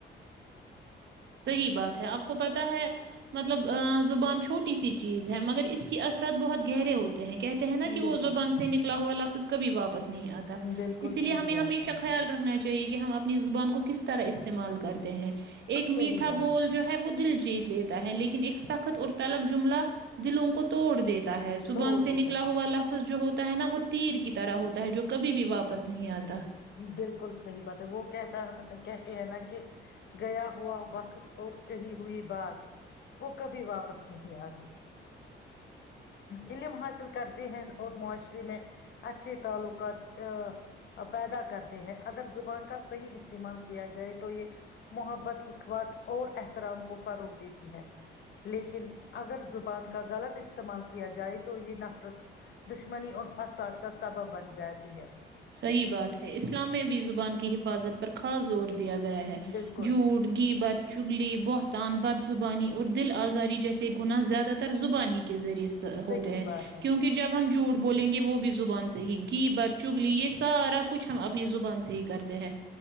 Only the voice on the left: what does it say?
بالکل
بالکل
صحیح
بات
ہے
صحیح بات
توڑ
دیتا
بالکل صحیح بات ہے وہ کہتا کہتے ہے نا کہ گیا ہوا وقت اور کہی ہوئی بات وہ کبھی واپس نہیں آتی علم حاصل کرتی ہیں اور معاشرے میں اچھے تعلقات پیدا کرتے ہیں اگر زبان کا صحیح استعمال کیا جائے تو یہ محبت اخوات اور احترام کو فروغ دیتی ہے لیکن اگر زبان کا غلط استعمال کیا جائے تو یہ نفرت دشمنی اور فساد کا سبب بن جاتی ہے
بالکل
صحیح
بات ہے